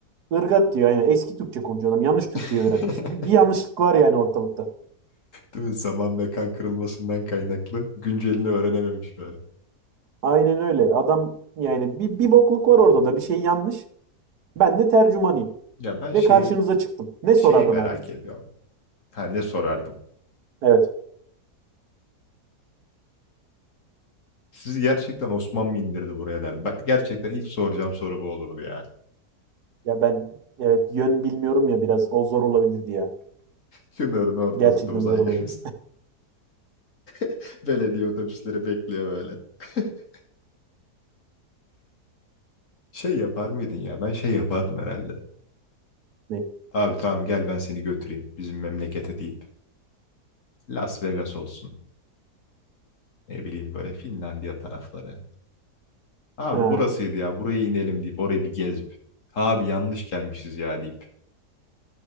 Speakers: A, on the right; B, on the left.
A: Irgat diyor yani eski Türkçe konuşuyor adam. Yanlış Türkçeyi
B: <laughs>
A: öğrenmiş. Bir, bir yanlışlık var yani ortalıkta.
B: Değil mi? Zaman mekan kırılmasından kaynaklı güncelini öğrenememiş böyle.
A: Aynen öyle. Adam yani bir, bir bokluk var ortada. Bir şey yanlış. Ben de tercümanıyım.
B: Ya ben
A: Ve
B: şeyim
A: karşınıza çıktım. Ne sorardın
B: şeyi merak
A: abi
B: ediyorum. Ha ne sorardım?
A: Evet.
B: Sizi gerçekten Osman mı indirdi buraya derdim. Bak gerçekten ilk soracağım soru bu olurdu ya.
A: Ya ben evet yön bilmiyorum ya biraz. O zor olabilirdi ya.
B: Çınarın ortasında
A: Gerçekten
B: uzay
A: zor olabilir.
B: gemisi. <laughs> Belediye otobüsleri bekliyor böyle. <laughs> Şey yapar mıydın ya? Ben şey yapardım herhalde.
A: Ne?
B: Abi tamam gel ben seni götüreyim bizim memlekete deyip. Las Vegas olsun. Ne bileyim böyle Finlandiya tarafları. Abi
A: Ha.
B: burasıydı ya buraya inelim deyip orayı bir gezip. Abi yanlış gelmişiz ya deyip.